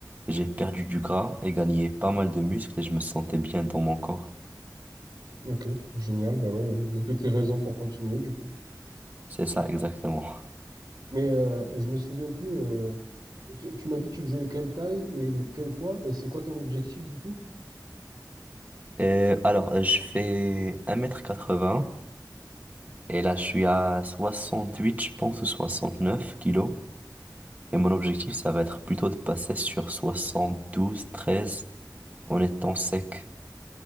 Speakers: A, on the right; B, on the right.
A: J'ai perdu du gras et gagné pas mal de muscles et je me sentais bien dans mon corps.
B: Ok, génial. Ben ouais, il y a toutes les raisons pour continuer du coup.
A: C'est ça, exactement.
B: Mais euh, je me souviens plus. euh, tu tu m'as dit tu faisais quelle taille et quel poids et c'est quoi ton objectif du coup?
A: Et alors, euh, je fais un mètre quatre 80 et là, je suis à 68 je pense, ou 69 kilos. Et mon objectif, ça va être plutôt de passer sur 72, 13 en étant sec.